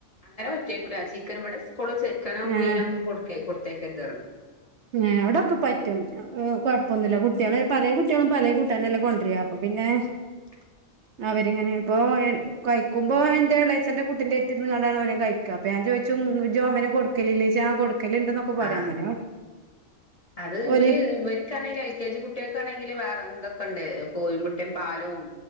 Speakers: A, on the left (about 30°); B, on the right (about 65°).
A: അങ്ങനെ പറ്റെയ്ക്കും ലെ ചിക്കനും ഇവടെ സ്കൂള് ചിക്കനും
B: ഏഹ്
A: മീനൊന്നും കൊടുക് കൊട്ത്തയ്ക്കര്ന്ന് പറഞ്ഞ്ണ്
B: ഏഹ് ഇവടൊക്കെ പറ്റും കൊഴപ്പൊന്നുല്ല കുട്ട്യാൾ പലേ കുട്ട്യാളും പലേ കൂട്ടാനല്ലെ കൊണ്ടര അപ്പൊ പിന്നേ
A: <inaudible>
B: അവര്ങ്ങനെ ഇപ്പൊ കയ്ക്കുമ്പോ ന്റെ എളേച്ഛന്റെ കുട്ടിന്റെട്ത്തിര്ന്ന്ങ്ങാണ്ടാണ് ഓന് കയ്ക്ക അപ്പൊ ഞാൻ ചോയ്ച്ചു ഇജ്ജവന് കൊട് കലില്ലേച കൊടുക്കലുണ്ട്ന്നൊക്കെ പറിം
A: ആഹ്
B: അങ്ങനെ
A: അത്
B: ഓല്
A: ഓര് ഇവര്ക്കാണെങ്കി എൽ കെ ജി കുട്ട് കുട്ട്യാക്കാണെങ്കി വേറെ ഇതൊക്കെണ്ട് കോഴിമുട്ടീം പാലും